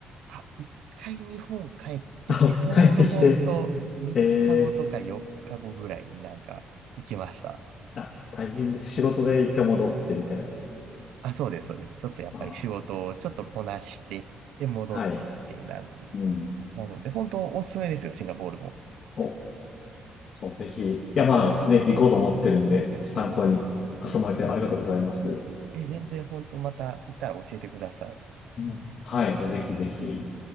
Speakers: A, on the right (about 85°); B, on the left (about 55°).
A: あ、一回日本帰ってきて、
B: あ
A: そのほんと3日後とか4日後ぐらいになんか行きました。
B: <laughs> 帰ってきて、えーあ、大変です。仕事で一回戻ってみたいな。
A: すあ、そうです、そうです。ちょっとやっぱり仕事をちょっとこなして、
B: あ
A: で、戻ってきて、
B: ーはい。
A: なんていう。
B: うん。
A: なので、本当おすすめですよ、シンガポールも。
B: お、そう、ぜひ。いや、まあね、行こうと思ってるんで、ちょっと参考に挟まれてありがとうございます。
A: え、全然本当また行ったら教えてください。
B: うんはい、ぜひぜひ。